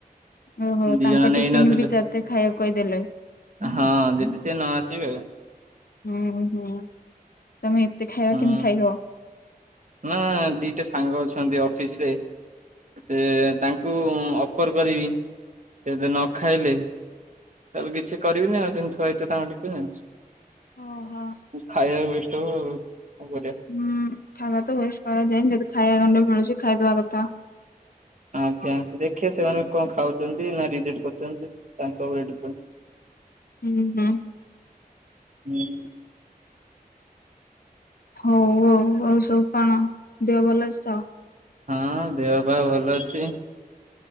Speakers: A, on the left; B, on the right.
A: ଓହୋ
B: ଦି
A: ତାଙ୍କ
B: ଜଣ ନେଇନଥିଲେ
A: ଟିଫିନ୍ ବି ତତେ ଖାଇବାକୁ କହିଦେଲେ।
B: ହଁ ଯଦି ସେ ନ ଆସିବେ ଆଉ।
A: ହୁଁ ହୁଁ ତମେ ଏତେ ଖାଇବା
B: ହୁଁ।
A: କେମତି ଖାଇବ?
B: ନା ଦିଟା ସାଙ୍ଗ ଅଛନ୍ତି ଅଫିସ ରେ। ସେ ତାଙ୍କୁ ଅଫର କରିବି ସେ ଯଦି ନ ଖାଇଲେ ତାହେଲେ କିଛି କରିବିନି ଆଉ ସେମିତି ଥୁଆ ହେଇଥିବ ତାଙ୍କ ଟିଫିନ୍।
A: ଓହୋ।
B: ଖାଇଆ ଓ୍ଵେଷ୍ଟ ହବ ଆଉ। କଣ କରିବା
A: ହୁଁ ଖାଇବା ତ ୱେଷ୍ଟ କରାଯାଏନି ଯଦି ଖାଇବା ଗଣ୍ଡେ ମିଳୁଚି ଖାଇଦବା କଥା।
B: ଆଜ୍ଞା ଦେଖେ ସେମାନେ କଣ ଖାଉଚନ୍ତି ନା ରିଜେକ୍ଟ କରୁଚନ୍ତି ତାଙ୍କ ଉପରେ ଡିପେଣ୍ଡ।
A: ହୁଁ ହୁଁ।
B: ହୁଁ।
A: ହଉ ହଉ ହଉ ସବୁ କଣ ଦେହ ଭଲ ଅଛି ତ?
B: ହଁ ଦେହ ପାଆ ଭଲ ଅଛି।